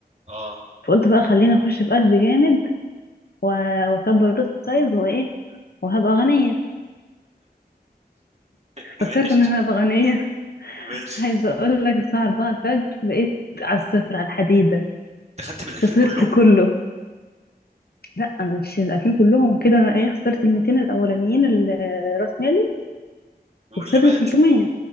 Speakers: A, on the right; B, on the left.
A: اه
B: فقلت بقى خليني اخش بقلب جامد و- واكبر الروست سايز وايه وهبقى غنية
A: <laughs> ماشي
B: فكرت ان انا هبقى غنية <laughs>
A: ماشي
B: عايزة اقول لك الساعة 4 الفجر بقيت على الصفر على الحديدة
A: دخلت بال 2000
B: خسرت
A: كلهم
B: كله لا انا مش ال 2000 كلهم كده انا ايه خسرت ال 200 الاولانيين ال- راس مالي
A: واللي
B: وخسرت
A: بقت
B: ال 300